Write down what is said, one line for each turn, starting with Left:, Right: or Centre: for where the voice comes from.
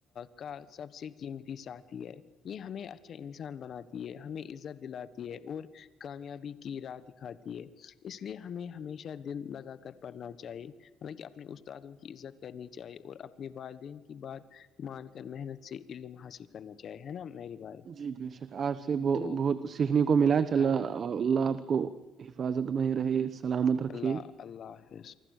Left: کا سب سے قیمتی ساتھی ہے یہ ہمیں اچھا انسان بناتی ہے ہمیں عزت دلاتی اور کامیابی کی راہ دکھاتی ہے اس لیے ہمیں ہمیشہ دل لگا کر پڑھنا چاہیے مط کہ اپنے استادوں کی عزت کرنی چاہیے اور اپنے والدین بات مان کر محنت سے علم حاصل کرنا چاہے ہے نا میری بھائی
Right: جی بے شک آپ سے
Left: تو
Right: بہت سیکھنے کو ملا چ اللہ
Left: ہاں
Right: آپ کو <unintelligible> حفاظت میں رہے سلامت رکھے
Left: اللہ اللہ حافظ